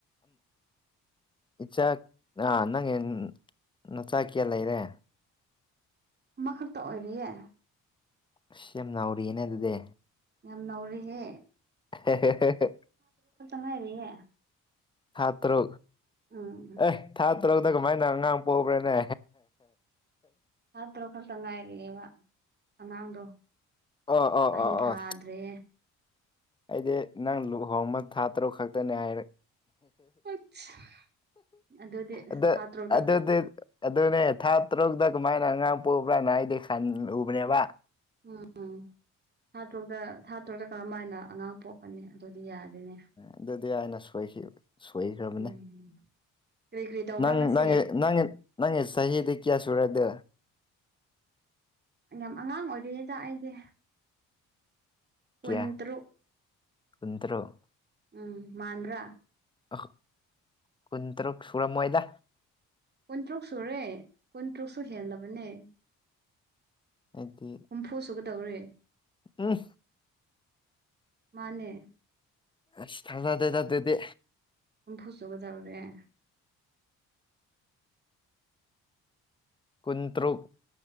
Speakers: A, on the left; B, on the right.
A: ꯏꯆꯥ ꯅꯪ ꯅꯆꯥ ꯀꯌꯥ ꯂꯩꯔꯦ
B: ꯃꯈꯛꯇ ꯑꯣꯏꯔꯤꯌꯦ
A: ꯑꯁ ꯌꯥꯝ ꯅꯥꯥꯎꯔꯤꯌꯦꯅꯦ ꯑꯗꯨꯗꯤ
B: ꯌꯥꯝ ꯅꯧꯔꯤꯍꯦ
A: ꯍ
B: ꯉꯥꯏꯔꯤꯌꯦ
A: ꯊꯇ꯭ꯔꯣ
B: ꯎꯝ
A: ꯑꯦ ꯊꯥ ꯇꯔꯨꯛꯇ ꯀꯃꯥꯏꯅ ꯑꯉꯥꯡ ꯄꯣꯛꯈ꯭ꯔꯦꯅꯦ
B: ꯊꯥ ꯇꯥꯔꯨꯛ ꯈꯛꯇ ꯉꯥꯏꯔꯛꯑꯦꯕ ꯑꯉꯥꯡꯗꯣ
A: ꯑꯣ ꯑꯣ
B: ꯆꯍꯤ
A: ꯑꯣ
B: ꯐꯥꯗ꯭ꯔꯦ
A: ꯑꯣ ꯑꯩꯗꯤ ꯅꯪ ꯂꯨꯍꯣꯡꯕ ꯊꯥ ꯇꯔꯨꯛ ꯈꯛꯇꯅꯦ ꯍꯥꯏꯔꯦ
B: ꯑꯩꯠꯁ ꯑꯗꯨꯗꯤ
A: ꯑꯗ
B: ꯊꯥ ꯇꯔꯨꯛꯇ
A: ꯑꯗ ꯑꯗꯨꯅꯦ ꯊꯥ ꯇꯔꯨꯛꯇ ꯀꯃꯥꯏꯅ ꯑꯉꯥꯡ ꯄꯣꯛꯕ꯭ꯔꯥꯅ ꯍꯥꯏꯗꯤ ꯈꯜꯂꯕꯅꯦꯕ
B: ꯎꯝ ꯎꯝ ꯊꯥ꯭ꯔꯨꯛꯇ ꯊꯥ ꯇꯔꯨꯛꯇ ꯀꯔꯝ ꯍꯥꯏꯅ ꯑꯉꯥꯡ ꯄꯣꯛꯀꯅꯤ ꯑꯗꯨꯗꯤ ꯌꯥꯗꯣꯏꯅꯦ
A: ꯑꯗꯨꯗꯤ ꯑꯅꯁꯨꯋꯥꯏꯁꯤ ꯁꯣꯏꯈ꯭ꯔꯕꯅꯦ
B: ꯎꯝ ꯀꯔꯤ ꯀꯔꯤ ꯇꯧꯕ꯭ꯔꯣ
A: ꯅꯪ
B: ꯉꯁꯤ
A: ꯅꯪ ꯅꯪ ꯅꯪꯒꯤ ꯆꯍꯤꯗꯤ ꯀꯌꯥ ꯁꯨꯔꯦꯗꯣ
B: ꯌꯥꯝ ꯑꯉꯥꯡ ꯑꯣꯏꯔꯤꯌꯦꯗ ꯑꯩꯗꯤ ꯀꯨꯟꯇꯨ
A: ꯀꯌꯥ ꯀꯨꯟꯇꯔꯨꯛ
B: ꯎꯝ ꯃꯥꯗ꯭ꯔꯥ
A: ꯑ ꯀꯨꯟ ꯇꯔꯨꯛ ꯁꯨꯔꯝꯃꯣꯏꯗ
B: ꯀꯨꯟꯇꯔꯨꯛ ꯁꯨꯔꯦ ꯀꯨꯟꯇꯔꯨꯛꯁꯨ ꯍꯦꯜꯂꯕꯅꯦ
A: ꯑꯩꯗꯤ
B: ꯍꯨꯝꯐꯨ ꯁꯨꯒꯗꯧꯔꯦ
A: ꯎꯝꯐ
B: ꯃꯥꯅꯦ
A: ꯑꯁ ꯊꯥꯖꯗꯦꯗ ꯑꯗꯨꯗꯤ
B: ꯍꯨꯝꯐꯨꯁꯨꯒꯗꯧꯔꯦ
A: ꯀꯨꯟꯇ꯭ꯔꯨꯛ